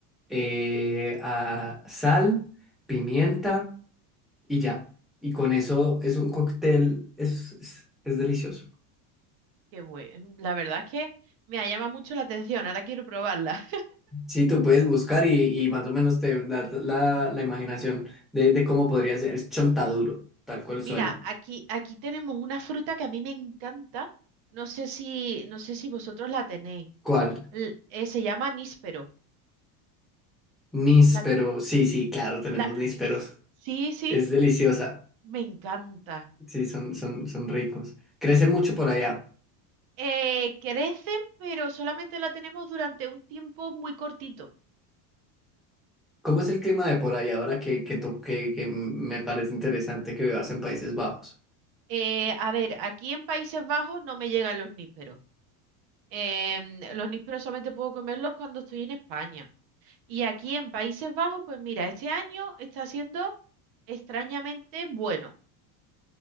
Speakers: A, in the centre; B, on the right (about 55°).
A: eh, ah, sal, pimienta y ya. Y con eso es un cóctel, es, es es delicioso.
B: Qué bueno. La verdad es que me llama mucho la atención. Ahora quiero probarla.
A: Sí, tú puedes buscar y, y más o menos te da la, la imaginación de, de cómo podría ser. Es chontaduro, tal cual suena.
B: Mira, aquí, aquí tenemos una fruta que a mí me encanta. No sé si, no sé si vosotros la tenéis.
A: ¿Cuál?
B: L- eh, se llama níspero.
A: Níspero.
B: La,
A: Sí, sí, claro, tenemos
B: la,
A: nísperos.
B: sí, sí,
A: Es deliciosa.
B: me encanta.
A: Sí, son, son, son ricos. Crecen mucho por allá.
B: Eh, crecen, pero solamente la tenemos durante un tiempo muy cortito.
A: ¿Cómo es el clima de por allá ahora que, que, to- que, que me parece interesante que vivas en Países Bajos?
B: Eh, a ver, aquí en Países Bajos no me llegan los nísperos. Em, los nísperos solamente puedo comerlos cuando estoy en España. Y aquí en Países Bajos, pues mira, este año está siendo extrañamente bueno.